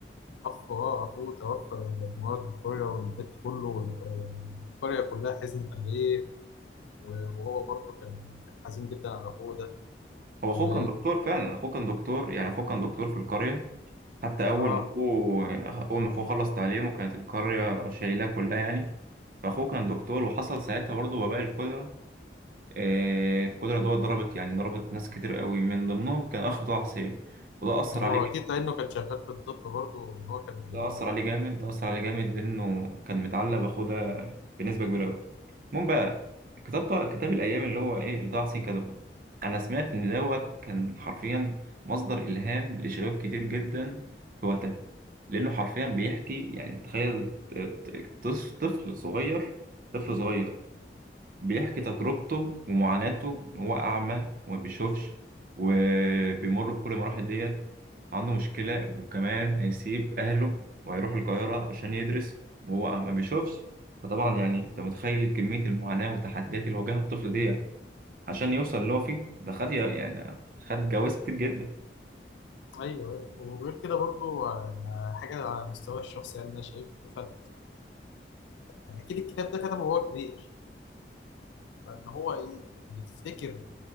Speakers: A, on the left; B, on the right.
A: أخ أه أخوه توفى بمرض الكوليرا والبيت كله وال- والقرية كلها حزنت عليه وهو برضه كان كان حزين جدا على أخوه ده
B: هو اخوه
A: و
B: كان دكتور فعلا اخوه كان دكتور يعني اخوه كان دكتور في القريه حتى اول
A: أه
B: ما اخوه اول ما اخوه خلص تعليمه كانت القريه شايلاه كلها يعني فاخوه كان دكتور وحصل ساعتها برضه وباء الكوليرا آه، الكوليرا دوت ضربت يعني ضربت ناس كتير قوي من ضمنهم كان اخو طه حسين وده اثر
A: هو
B: عليه جدا
A: أكيد لأنه كان شغال في الطب برضه إن هو كان بي...
B: ده أثر عليه جامد ده أثر عليه جامد لأنه كان متعلق بأخوه ده بنسبة كبيرة أوي المهم بقى كتاب طه- كتاب الأيام اللي هو إيه اللي طه حسين كتبه أنا سمعت إن دوت كان حرفيا مصدر إلهام لشباب كتير جدا في وقتها لأنه حرفيا بيحكي يعني تخيل ط- ط- طف- طفل صغير طفل صغير بيحكي تجربته ومعاناته هو أعمى وما بيشوفش وبيمر بكل المراحل ديت عنده مشكلة وكمان هيسيب أهله وهيروح القاهرة عشان يدرس وهو ما بيشوفش فطبعا يعني أنت متخيل كمية المعاناة والتحديات اللي واجهها الطفل ديت عشان يوصل اللي هو فيه ده خد يعني خد جواز كتير جدا
A: أيوه أيوه وغير كده برضه آه، حاجة على مستوى الشخصي يعني أنا شايفها اكيد الكتاب ده كتبه وهو كبير فان هو ايه يفتكر